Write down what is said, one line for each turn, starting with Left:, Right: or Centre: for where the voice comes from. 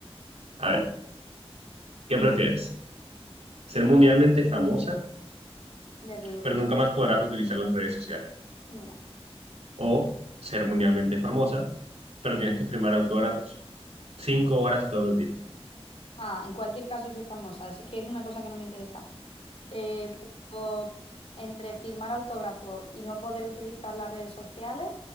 Right: A ver, ¿qué prefieres? ¿Ser mundialmente famosa?
Left: Ya te digo
Right: pero
Left: que no.
Right: nunca más podrás utilizar las redes sociales.
Left: No.
Right: O ser mundialmente famosa, pero tienes que firmar autógrafos cinco horas todos los días.
Left: Ah, en cualquier caso soy famosa, eso es que es una cosa que no me interesa. Eh, pero entre firmar autógrafos y no poder utilizar las redes sociales,